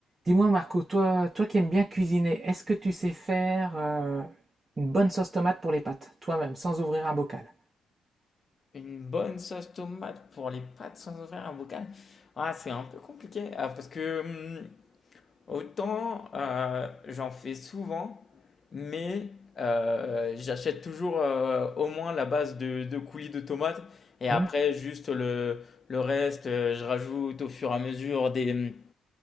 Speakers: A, on the right; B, on the left.
A: Dis-moi Marco, toi, toi qui aimes bien cuisiner, est-ce que tu sais faire euh, une bonne sauce tomate pour les pâtes, toi-même, sans ouvrir un bocal?
B: Une bonne sauce tomate pour les pâtes sans ouvrir un bocal? Ah, c'est un peu compliqué ah, parce que hum, autant euh, j'en fais souvent, mais euh, j'achète toujours euh, au moins la base de, de coulis de tomates et
A: Hmm
B: après juste le, le reste, euh, je rajoute au fur et à mesure des,